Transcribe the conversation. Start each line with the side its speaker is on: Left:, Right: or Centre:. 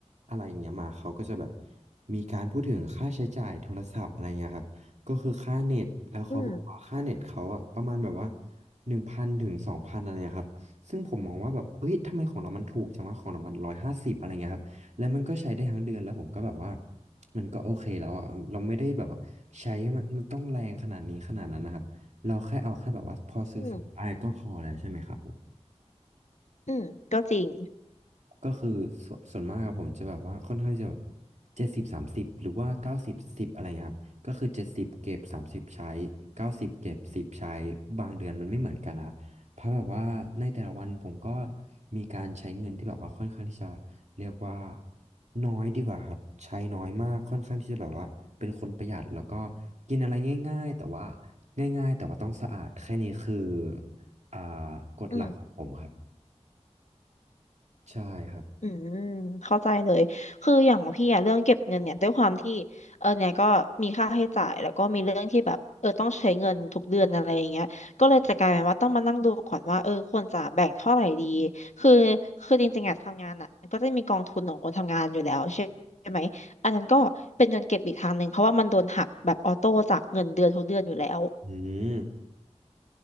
Right: อะไรอย่างเงี้ยมาเขาก็จะแบบมีการพูดถึงค่าใช้จ่ายโทรศัพท์อะไรเงี้ยครับก็คือค่าเน็ตแล้วเขาบอกว่าค่าเน็ตเขาอะประมาณแบบว่า
Left: อืม
Right: หนึ่งพันถึงสองพันอะไรเงี้ยครับซึ่งผมมองว่าแบบเอ้ยทำไมของเรามันถูกจังวะของเรามันร้อยห้าสิบอะไรเงี้ยครับแล้วมันก็ใช้ได้ทั้งเดือนแล้วผมก็แบบว่า มันก็โอเคแล้วอ่ะเราไม่ได้แบบว่าใช้มันมันต้องแรงขนาดนี้ขนาดนั้นนะครับเราแค่เอาแค่แบบว่าพอสื่อสารได้ก็พอแล้วใช่ไหมครับผม
Left: อืมอืมก็จริง
Right: ก็คือส่วนส่วนมากอะผมจะแบบว่าค่อนข้างจะเจ็ดสิบสามสิบหรือว่าเก้าสิบสิบอะไรเงี้ยครับก็คือเจ็ดสิบเก็บสามสิบใช้เก้าสิบเก็บสิบใช้บางเดือนมันไม่เหมือนกันนะครับเพราะแบบว่าในแต่ละวันผมก็มีการใช้เงินที่แบบว่าค่อนข้างที่จะเรียกว่าน้อยดีกว่าครับใช้น้อยมากค่อนข้างที่จะแบบว่าเป็นคนประหยัดแล้วก็กินอะไรง่ายๆแต่ว่าง่ายๆแต่ว่าต้องสะอาดแค่นี้คืออ่ากฎหลักของผมครับ
Left: อืม
Right: ใช่ครับ
Left: อืมเข้าใจเลยคืออย่างของพี่อะเรื่องเก็บเงินเนี่ยด้วยความที่เออเนี่ยก็มีค่าใช้จ่ายแล้วก็มีเรื่องที่แบบเออต้องใช้เงินทุกเดือนอะไรอย่างเงี้ยก็เลยจะกลายเป็นว่าต้องมานั่งดูก่อนว่าเออควรจะแบ่งเท่าไหร่ดีคือคือจริงๆอะทำงานอะก็จะมีกองทุนของคนทำงานอยู่แล้วใช่ไหมอันนั้นก็เป็นเงินเก็บอีกทางหนึ่งเพราะว่ามันโดนหักแบบออโต้จากเงินเดือนทุกเดือนอยู่แล้ว
Right: อืม